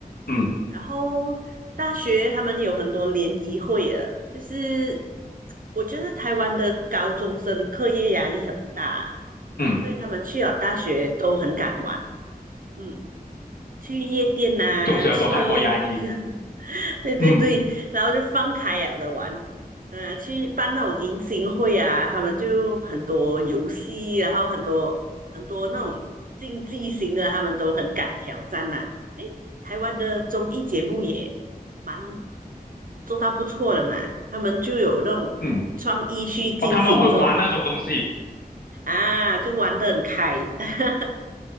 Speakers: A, on the left; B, on the right.
A: 嗯
B: 然后大学他们有很多联谊会的，就是我觉得台湾的高中生课业压力很大，
A: 嗯，
B: 所以他们去了大学都很敢玩。嗯，去夜店呐、
A: 总学的说候泰国压抑，
B: 去，<laughs> 对对对，
A: 嗯
B: 然后就放开了的玩，呃，去办那种迎新会啊，他们就很多游戏，然后很多很多那种竞技型的，他们都很敢挑战呐、诶，台湾的综艺节目也蛮做到不错的嘛，他们就有那种创意去进行这种咯
A: 嗯，哦，他们会玩那种东西。
B: 啊，就玩得很开，<laughs>